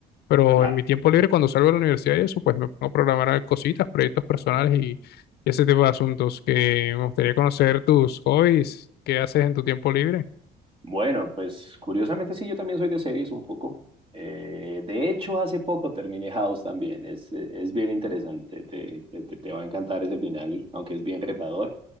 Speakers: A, on the left; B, on the right.
A: Pero
B: claro.
A: en mi tiempo libre, cuando salgo de la universidad y eso, pues me pongo a programar cositas, proyectos personales y, y ese tipo de asuntos que me gustaría conocer tus hobbies, qué haces en tu tiempo libre.
B: Bueno, pues curiosamente sí, yo también soy de series un poco. Eh, de hecho, hace poco terminé House también. Es, es bien interesante, te, te, te te va a encantar ese final, aunque es bien retador.